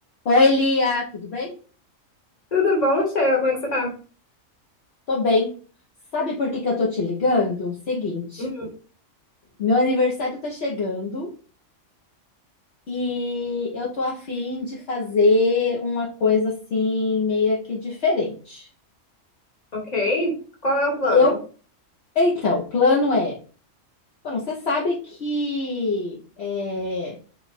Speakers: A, on the left (about 55°); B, on the left (about 30°).
A: Oi, Lia, tudo bem?
B: Tudo bom, Sheila? Como é que você tá?
A: Tô bem. Sabe por que que eu tô te ligando? Seguinte,
B: Hum,
A: meu aniversário tá chegando e eu tô a fim de fazer uma coisa assim, meio que diferente.
B: ok. Qual é o plano?
A: Eu, então, o plano é, bom, você sabe que eh,